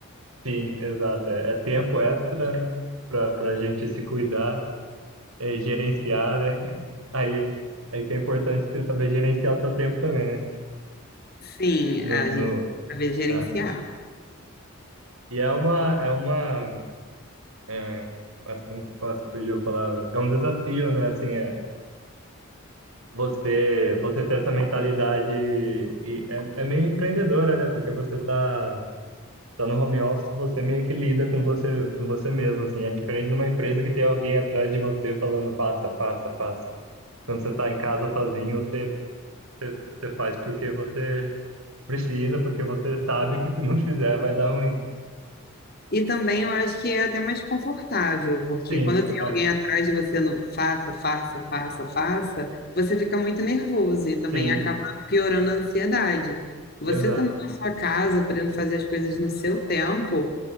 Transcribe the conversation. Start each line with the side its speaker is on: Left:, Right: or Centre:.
Right: Sim, exato. É, é tempo extra, né? Pra, pra gente se cuidar, é, gerenciar, né? <laughs> Aí, aí que é importante você saber gerenciar o seu tempo também, né?
Left: Sim,
Right: No,
Left: a
Right: no,
Left: gente saber gerenciar.
Right: ah. E é uma, é uma, é, acho que não posso fugir a palavra. É um desafio, né? Assim, é, você, você ter essa mentalidade e é, é meio empreendedora, né? Porque você tá, tá no home office, você meio que lida com você, com você mesmo, assim. É diferente de uma empresa que tem alguém atrás de você falando faça, faça, faça. Quando você tá em casa sozinho, você, você faz porque você precisa, porque você sabe que se não <laughs> fizer vai dar ruim.
Left: E também eu acho que é até mais confortável, porque
Right: Sim,
Left: quando tem
Right: é.
Left: alguém atrás de você no faça, faça, faça, faça, você fica muito nervoso e também
Right: Sim,
Left: acaba piorando a ansiedade. Você
Right: exato.
Left: estando na sua casa, podendo fazer as coisas no seu tempo